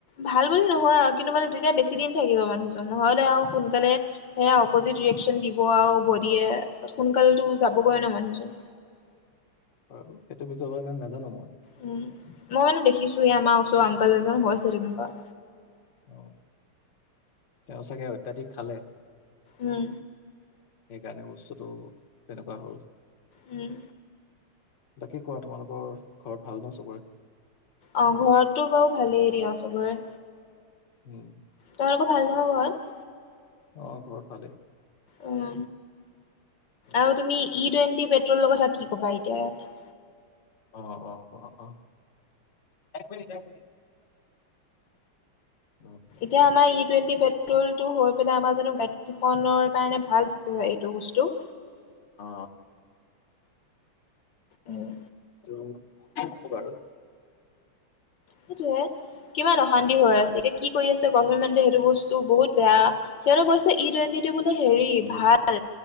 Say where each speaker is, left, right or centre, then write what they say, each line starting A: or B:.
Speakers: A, on the left; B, on the left.
A: ভাল বুলি নহয় আও কিন্তু মানে তেতিয়া বেছি দিন থাকিব মানুহজন নহ'লে আও সোনকালে। সেয়া অপজিত ৰিয়কশচন দিব আৰু বডিয়ে তত সোনকালেটো যাবগৈ ন মানুহজন।
B: ব সেইটো বিষয়ে ইমান নাজানো মই।
A: উম মই মানে দেখিছো এই আমাৰ ওচৰৰ আঙকল এজন হৈ আছে তেনেকুৱা।
B: অ তেওঁ চাগে অত্যাধিক খালে।
A: উম
B: সেইকাৰণে বস্তুটো তেনেকুৱা হ'ল।
A: উম।
B: বাকী কোৱা তোমালোকৰ ঘৰত ভাল ন চবৰে।
A: অ ঘৰতটো বাৰু ভালেই দিয়া চবৰে।
B: উম।
A: তোমালোক ভাল নহয় ঘৰত।
B: অ ঘৰত ভালে।
A: উম
B: অ
A: আৰু তুমি ই টুৱেণ্টি পেট্ৰলৰ কথা কি ক'বা এতিয়া ইয়াত।
B: অ অ অ অ এক মিনিট এক মিনিট। অ।
A: তিয়া আমাৰ ই টুৱেন্টি পেট্ৰল টো হৈ পেলাই আমাৰ জানো গাডীখনৰ কাৰণে ভাল। টো হয় এইটো বস্তু।
B: অ।
A: উম
B: টো হব বাৰু।
A: সেইটোয়ে কিমান অশান্তি হৈ
B: অ
A: আছে এতিয়া কি। কৰি আছে গভমেণ্টে সেইটো বস্তু বহুত বেয়া সিহঁতে কৈছে। ই টুৱেণ্টি টো মানে সেৰি,
B: উম
A: ভাল!